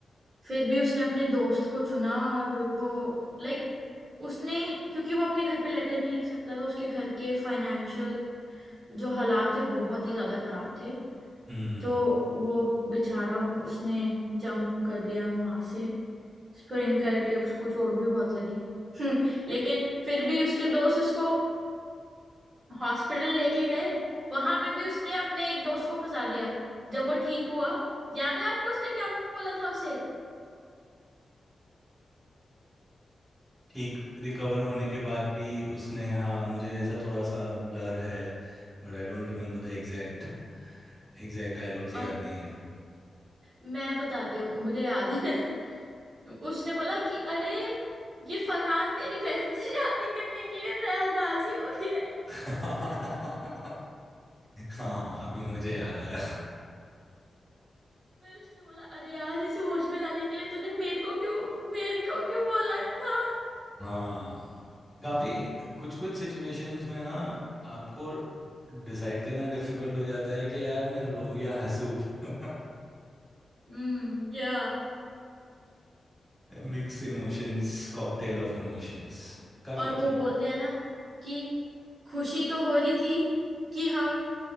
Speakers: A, on the right; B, in the centre.
A: फिर भी उसने अपने दोस्त को चुना और वो लाइक उसने क्योंकि वो अपने घर पे लेटर नहीं लिख सकता था उसके घर के फाइनेंशियल जो हालात थे बहुत ही ज्यादा खराब थे
B: हम्म
A: तो वो बेचारा उसने जंप कर दिया वहां से स्प्रिंग करके उसको चोट भी बहुत लगी <laughs> लेकिन फिर भी उसके दोस्त उसको हॉस्पिटल लेके गए वहां पे भी उसने अपने एक दोस्त को फंसा दिया जब वो ठीक हुआ याद है आपको उसने क्या बोला था उसे
B: ठीक रिकवर होने के बाद भी उसने हाँ मुझे ऐसा थोड़ा सा ब्लर है but I don't remember the exact exact dialogues
A: अ,
B: याद नहीं है
A: मैं बताती हूँ मुझे याद है <laughs> उसने बोला कि अरे ये फरहान तेरी बहन से शादी करने के लिए रा- राजी हो गया है
B: <laughs>
A: <laughs>
B: हाँ अभी मुझे याद आया
A: फिर उसने बोला अरे यार इसे होश में लाने के लिए तुझे मेरे को क्यों मेरे को क्यों बोला था
B: हाँ काफी कुछ कुछ सिचुएशंस में ना आपको डिसाइड करना डिफिकल्ट हो जाता है कि यार मैं रोऊं या हंसूं <laughs>
A: हम्म या
B: Mix emotions cocktail of emotions <laughs> काफी
A: और वो
B: अच्छी
A: बोलते हैं ना कि खुशी तो हो रही थी कि हम